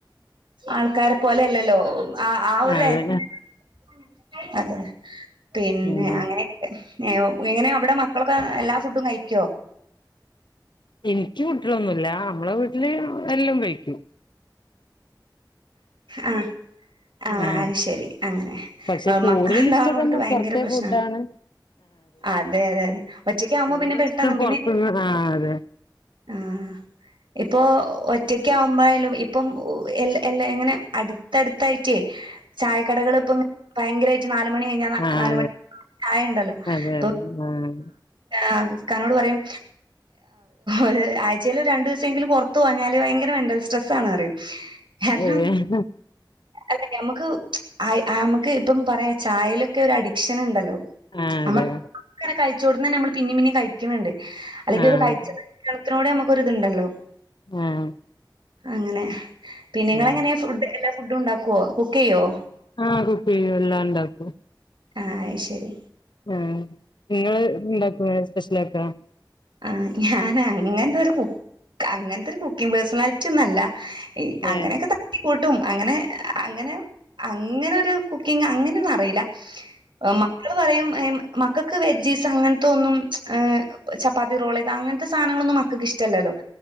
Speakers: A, on the right (about 85°); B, on the left (about 70°).
A: ആൾക്കാരെ പോലെഅല്ലല്ലോ <unintelligible> ആ ആ ഒരു
B: അതെ
A: <unintelligible> <inaudible> അതെ പിന്നെ
B: ഉം
A: അങ്ങനെയെക്കെ ഏ എങ്ങനെയ അവിടെ മക്കളൊക്കെ എല്ലാ ഫുഡും കഴിക്കുവോ
B: എനിക്ക് കുട്ടികളൊന്നുല്ലാ നമ്മളെ വീട്ടില് എല്ലാം കഴിക്കും
A: ആഹാ ആഹാ
B: ആഹ്
A: ആഹാ ശരി അങ്ങനെ
B: പക്ഷെ കൂടുതൽ
A: മക്കളുണ്ടാവണവർക്ക്
B: ഇഷ്ടം തന്നെ
A: ഭയങ്കര
B: പൊറത്തെ
A: പ്രശ്നമാണ്
B: ഫുഡാണ്
A: അതെ അതെ അതെ ഒറ്റക്ക് ആവുമ്പോ
B: കൂടുതൽ
A: പിന്നെ പെട്ടന്ന
B: ഇഷ്ടം പൊറത്തുന്ന്
A: പിന്നെ
B: ആഹ് അതെ
A: ആഹ ഇപ്പൊ ഒറ്റക്ക ആവുമ്പോയാലും ഇപ്പം എ എല്ലാ എങ്ങനെ അടുത്തടുത്തായിട്ടേ ചായക്കടകൾ ഇപ്പ ഭയങ്കരമായി നാലുമണി കഴിഞ്ഞാ
B: ആഹ് ആഹ്
A: നാ ലു മണി ചായ ഉണ്ടല്ലോ
B: അതെ
A: അപ്പ
B: അതെ അതെ ആഹ്
A: ആ ഇക്കാനോട് പറയും ഒരു ആഴ്ചയിൽ ഒരു രണ്ടു ദിവസമെങ്കിലും പുറത്തു പോഞ്ഞാല് ഭയങ്കര മെന്റൽസ്ട്രെസ്സ് ആണെന്ന് പറയും കാരണം
B: ഏഹ്
A: അല്ല ഞമുക്ക് ആ നമുക്ക് ഇപ്പം പറയാ ചായലൊക്കെ ഒരു അഡിക്ഷൻ ഉണ്ടല്ലോ
B: ആഹ്
A: നമ്മ
B: അതെ
A: ക്കങ്ങനെ ചൂട്ണത് തന്നെ നമ്മ പിന്ന പിന്നേ കഴിക്കുന്നുണ്ട് അല്ലെങ്കിൽ
B: ആഹ്
A: ഒരു കഴിച ഭക്ഷണത്തിനൂടെ നമുക്കൊരിതുണ്ടല്ലോ
B: ആഹ്
A: അങ്ങനെ പിന്നെ നിങ്ങളെങ്ങനെ
B: ആഹ്
A: ഫുഡ് എല്ല ഫുഡ് ഉണ്ടാക്കുവോ കുക്ക് ചെയ്യുവോ
B: ആഹ കുക്ക് ചെയ്യും എല്ലാം ഇണ്ടാക്കും
A: ആഹാ ശരി
B: ഉം ങ്ങള് ഇണ്ടാക്കുലെ പസ്ലക്ക
A: ആ ഞാനങ്ങൻത്തൊരു കു ക്ക അങ്ങൻത്തൊരു കുക്കിങ് പേഴ്സണാലിറ്റി ഒന്നല്ല യ് അങ്ങനൊക്കെ
B: ഏഹ്
A: തപ്പി കൂട്ടും അങ്ങനെ അങ്ങനെ അങ്ങനെ ഒരു കുക്കിങ് അങ്ങനെ ഒന്നും അറിയില്ല മക്കള് പറയും യും മക്കൾക്ക് വെജീസ് അങ്ങനത്തെ ഒന്നും മ്ച് ഏ ചപ് പാതിറോലെത് അങ്ങനത്തെ സധനങ്ങളൊന്നുംമക്കക്ക് ഇഷ്ടമല്ലോ